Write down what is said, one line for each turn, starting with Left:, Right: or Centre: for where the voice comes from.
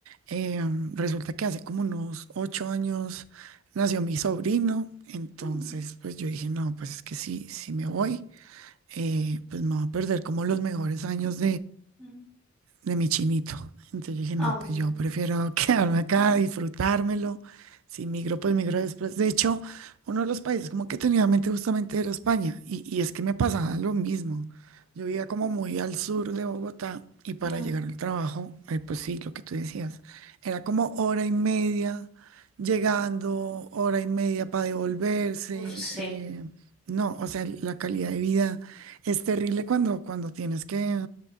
Right: eh, resulta que hace como unos ocho años nació mi sobrino, entonces
Centre: Mm,
Right: pues yo dije, no, pues es que sí, si me voy, eh, pues me voy a perder como los mejores años
Centre: mm,
Right: de mi chinito. Entonces yo dije, no,
Centre: Aún.
Right: pues yo prefiero <laughs> quedarme acá, disfrutármelo. Si migro,
Centre: mm.
Right: pues migro después. De hecho, uno de los países como que tenía en mente justamente era España. Y, y es que me pasaba lo mismo. Yo vivía como muy al sur de Bogotá y para
Centre: mm,
Right: llegar al trabajo, eh, pues sí, lo que tú decías, era como hora y media llegando, hora y media para devolverse.
Centre: Uf, sí,
Right: eh, no, o sea, la calidad de vida es terrible cuando, cuando tienes que